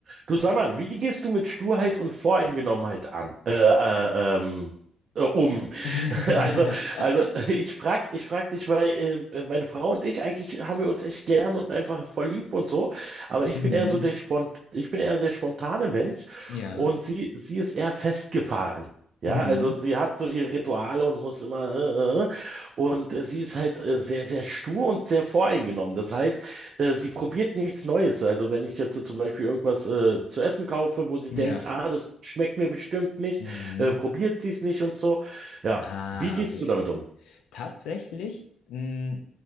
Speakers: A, on the right (about 55°); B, on the left (about 85°).
A: Du sag mal, wie gehst du mit Sturheit und Voreingenommenheit an, äh, äh, ähm, äh, um?
B: <laughs>
A: <laughs> Also, also <laughs> ich frag, ich frag dich, weil äh, meine Frau und ich eigentlich haben wir uns echt gern und einfach voll lieb und so, aber ich
B: Mhm.
A: bin eher so der Spont, ich bin eher der spontane Mensch
B: Ja.
A: und sie, sie ist eher festgefahren. Ja,
B: Mhm.
A: also sie hat so ihre Rituale und muss immer äh, äh, äh. und äh, sie ist halt äh, sehr, sehr stur und sehr voreingenommen. Das heißt, äh, sie probiert nichts Neues. Also wenn ich jetzt so zum Beispiel irgendwas äh, zu essen kaufe, wo sie
B: Ja.
A: denkt, ah, das schmeckt mir bestimmt nicht,
B: Mhm.
A: äh, probiert sie es nicht und so. Ja,
B: Ah,
A: wie gehst
B: okay.
A: du damit um?
B: Tatsächlich, mh,